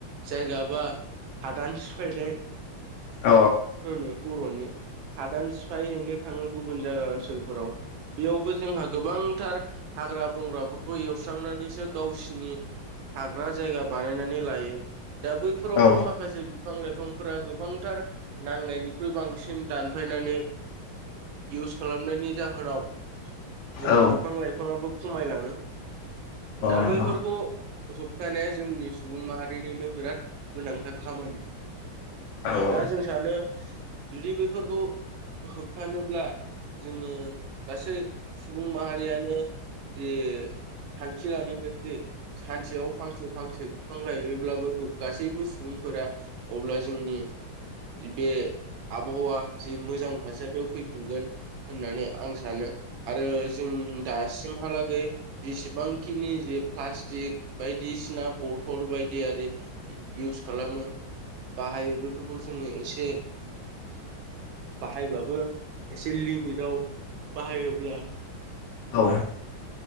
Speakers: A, on the right; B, on the left.
A: जायगा बा हादान सिफायनाय
B: औ
A: होनो बर'नि हादान सिफायैनो थाङो गुबुन जायगा ओनसोलफोराव बेयावबो जोंहा गोबां गोबांथार हाग्रा बंग्राफोरखौ एवस्रांनानैसो गावसिनि थाग्रा जायगा बानायनानै लायो। दा बैफोरावबो
B: औ
A: माखासे बिफां लाइफांफोरा गोबांथार नांनायनिख्रुय बांसिन दानफायनानै इउस खालामनायनि जाहोनाव जोंहा
B: औ
A: बिफां लाइफाङाबो खमायलाङो दा
B: नंगौ
A: बैफोरखौ होफथानाया जोंनि सुबुं माहारिनिनो बिराद गोनांथार खामानि।
B: औ औ।
A: दा जों सानो जुदि बैफोरखौ होबथानोब्ला जोङो गासै सुबुं माहारियानो जे थांखि लानांगोन जे सानसेयाव फांसे फांसे बिफां गायोब्लाबो गासैबो सुबुं फोरा अब्ला जोंनि बे आबहावा जि मोजां थासारियाव फैफिनगोन होननानै आं सानो आरो जों दासिमहालागै जेसेबांखिनि जे प्लासटिक बायदिसिना बथल -थल बायदियारि इउस खालामो बाहायो बैफोरखौ जोङो से बाहायबाबो एसे लिमिटाव बाहायोब्ला
B: औ